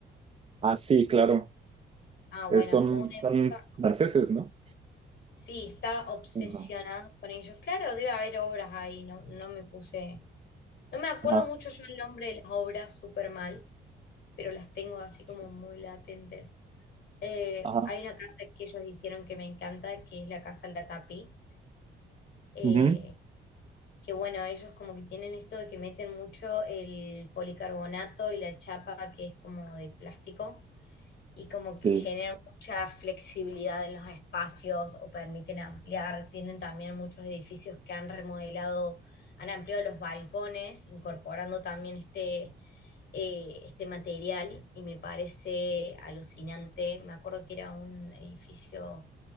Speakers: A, on the right; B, on the left.
A: Ah, sí, claro.
B: Ah, bueno,
A: Eh, son,
B: una
A: son
B: época,
A: franceses, ¿no?
B: Sí, estaba obsesionado
A: Ajá.
B: con ellos. Claro, debe haber obras ahí, no, no me puse. No me acuerdo
A: Ajá.
B: mucho yo el nombre de las obras súper mal, pero las tengo así como
A: Sí.
B: muy latentes. Eh,
A: Ajá.
B: hay una casa que ellos hicieron que me encanta, que es la Casa Latapí. Eh,
A: Ujú.
B: que bueno, ellos como que tienen esto de que meten mucho el policarbonato y la chapa que es como de plástico. y como
A: Sí.
B: que generan mucha flexibilidad en los espacios o permiten ampliar. Tienen también muchos edificios que han remodelado, han ampliado los balcones, incorporando también este, eh, este material y me parece alucinante. Me acuerdo que era un edificio